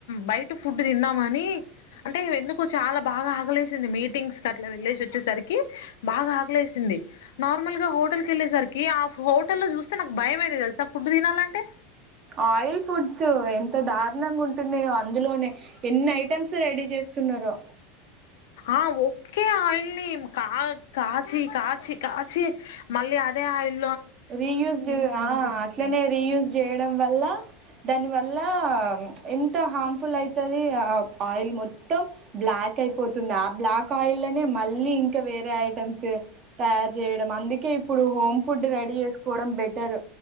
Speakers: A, on the left (about 75°); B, on the right (about 30°).
A: బయట ఫుడ్ తిందామని, అంటే ఎందుకు చాలా బాగా ఆకలేసింది. మీటింగ్స్కి అట్లా వెళ్ళేసి వచ్చేసరికి. బాగా ఆకలేసింది. నార్మల్ గా హోటల్ కి వెళ్ళేసరికి, ఆ హోటల్లో చూస్తే నాకు భయమయింది తెలుసా. ఫుడ్ తినాలంటే
B: ఆయిల్ ఫుడ్స్ ఎంత దారుణంగా ఉంటున్నాయో అందులోనే ఎన్ని ఐటమ్స్ రెడీ చేస్త ఉన్నరో
A: ఆ ఒకే ఆయిల్ని కా కాచి కాచి కాచి మళ్ళీ అదే ఆయిల్
B: రీయూజ్ ఆ అట్లనే రీయూజ్ చేయడం వల్ల దాని వల్ల ఎంత హార్మ్ఫుల్ అయితది. ఆ ఆయిల్ మొత్తం బ్లాక్ అయిపోతుంది. ఆ బ్లాక్ ఆయిల్నే మళ్ళీ ఇంకా వేరే ఐటమ్స్ తయారు చేయడం. అందుకే ఇప్పుడు హోమ్ ఫుడ్ రెడీ చేసుకోవడం బెటర్